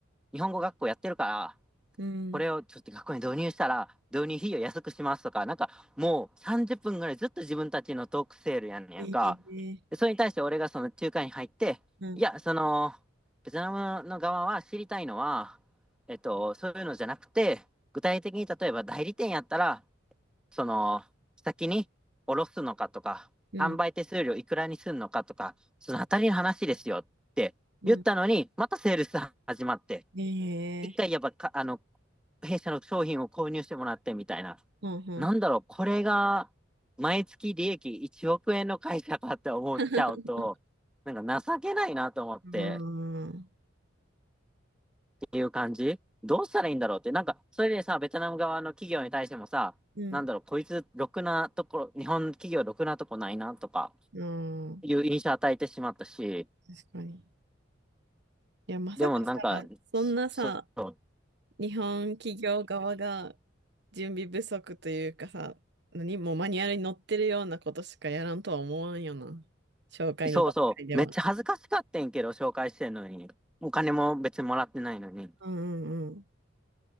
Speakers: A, in the centre; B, on the right.
A: 日本語学校やってるから、
B: うん。
A: これをちょっと学校に導入したら、導入費用安くしますとか、なんか、もう30分ぐらいずっと自分たちのトークセールやんねやんか。
B: ええ、
A: でそれに対して俺がその仲介に入って、
B: うん、
A: いや、その、ベトナムの側は知りたいのは、えっと、そういうのじゃなくて、具体的に例えば代理店やったら、その、先に下ろすのかとか、
B: うん、
A: 販売手数料いくらにすんのかとか、そのあたりの話ですよって言ったのに、
B: うん。
A: またセールス始まって、
B: え
A: 一回やっぱか、
B: え、
A: あの、弊社の商品を購入してもらってみたいな。
B: うん、うん。
A: なんだろう、これが毎月利益1億円の会社かって思っちゃうと、
B: <laughs>
A: なんか情けないなと思って。
B: うーん。
A: ていう感じどうしたらいいんだろうって。なんか、それでさ、ベトナム側の企業に対してもさ、
B: うん
A: なんだろう、こいつ、ろくなところ、日本企業ろくなとこないな、とか、
B: うん、
A: いう印象与えてしまったし、
B: 確かに。いや、まさかさ、
A: でもなんか、
B: そんなさ、
A: そう、
B: 日本企業側が準備不足というかさ、何もうマニュアルに載ってるようなことしかやらんとは思わんよな。紹介の段階では。
A: そうそう、めっちゃ恥ずかしかってんけど、紹介してんのに。お金も別にもらってないのに。も
B: うんうんうん。